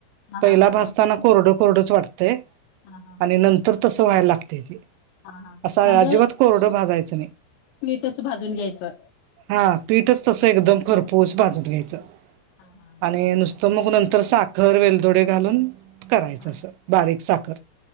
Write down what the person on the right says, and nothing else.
पहिला
भाजताना
कोरड कोरडच वाटतय.
नंतर तस व्हायला लागतय ते.
असा
अजिबात कोरड भाजायच नाही.
हा पीठच तस एकदम खरपूस भाजून घ्यायच.
आणि नुस तर मग नंतर साखर वेलदोडे घालून करायच.
अस बारीक साखर.